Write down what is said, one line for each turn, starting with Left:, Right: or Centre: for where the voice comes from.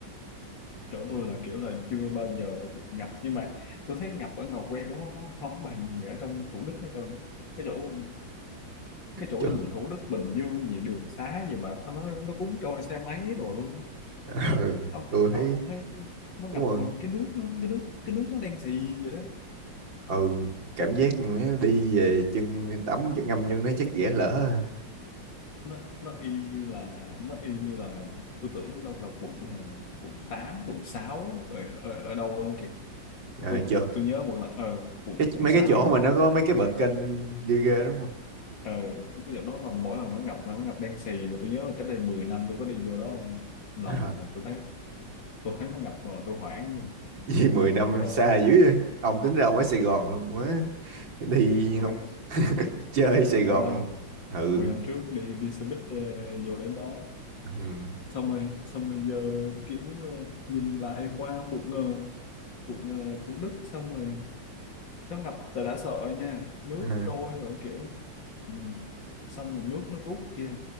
Left: chỗ tôi là kiểu là chưa bao giờ bị ngập nhưng mà tôi thấy ngập ở Ngò Quê cũng không, không bằng gì ở trong Thủ Đức hết trơn cái chỗ cái chỗ
Right: Trời-
Left: gì Thủ Đức Bình Dương gì đường xá gì mà nó nó cuốn trôi xe máy đồ luôn
Right: <laughs> ừ
Left: ông,
Right: tôi
Left: ông,
Right: thấy
Left: ông thấy nó ngập
Right: đúng rồi
Left: mà cái nước nó cái nước cái nước nó đen xì vậy đó
Right: ừ cảm giác mà đi về chân tắm chân ngâm vô nó chắc dễ lỡ ha.
Left: nó nó y như là nó y như là tôi tưởng đâu là quận ờ, quận tám quận 6 ở, ở, ở đâu kìa
Right: Ờ,
Left: tôi
Right: chưa
Left: tôi nhớ một là ờ quận
Right: cái
Left: quận
Right: mấy
Left: 6
Right: cái chỗ
Left: á,
Right: mà nó có mấy cái bậc kênh ghê ghê đúng không
Left: ừ cái chỗ đó là mỗi lần nó ngập là nó ngập đen xì mà tôi nhớ là cách đây 10 năm tôi có đi vô đó lần
Right: à.
Left: là tôi thấy tôi thấy nó ngập mà tôi hoảng luôn
Right: <laughs> vì 10
Left: còn
Right: năm
Left: bây giờ
Right: xa dữ vậy. ông tính ra ông ở Sài Gòn luôn quá đi
Left: 10
Right: không <laughs> chơi Sài
Left: 10 năm
Right: Gòn
Left: không
Right: ừ
Left: 10 năm trước đi đi xe buýt ờ, vô đến đó, đó.
Right: ừ
Left: xong rồi xong rồi giờ kiểu ờ, nhìn lại qua quận ờ, quận ờ, Thủ Đức xong rồi nó ngập rồi đã sợ nha nước
Right: À.
Left: trôi rồi kiểu ừ. xong rồi nước nó rút kia